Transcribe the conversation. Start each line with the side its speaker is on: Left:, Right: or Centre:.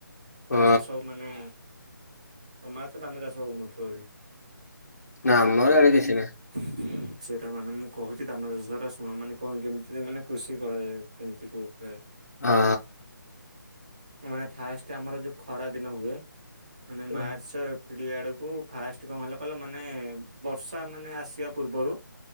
Right: ଫାଷ୍ଟ
Left: ଓ
Right: ସବୁ ମାନେ ତମ <unintelligible> ଧାନ ଚାଷ ହଉନଥିବ ବି।
Left: ନାଁ ଆମର ଆଡେ କିଛି ନାଇଁ।
Right: <inaudible> ସେଇଟା ମାନେ ମୁଁ କହୁଚି ଧାନ ଚାଷ ଟା ଶୁଣ ମାନେ କଣ କେମିତି ମାନେ କୃଷି କରାଯାଏ କେମିତି କୋଉ ଉପାୟରେ।
Left: ହଁ।
Right: ମାନେ ଫାଷ୍ଟ ଆମର ଯୋଉ ଖରା ଦିନ ହୁଏ ମାନେ
Left: ହଁ
Right: ମାର୍ଚ୍ଚ ଏ ପ୍ରିଲ ଆଡକୁ ଫାଷ୍ଟ କଣ ହେଲା କହିଲ ମାନେ ବର୍ଷା ମାନେ ଆସିବା ପୂର୍ବରୁ